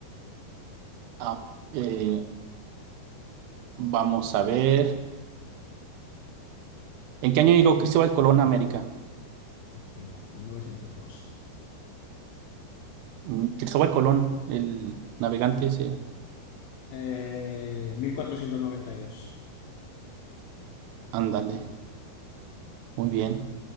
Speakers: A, on the right; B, on the left.
A: Ah, eh, vamos a ver. ¿En qué año llegó Cristóbal Colón a América?
B: Bien fácil, 1912.
A: Mm, Cristóbal Colón, el navegante ese.
B: Eh, 1492.
A: Ándale, muy
B: Sí,
A: bien.
B: sí.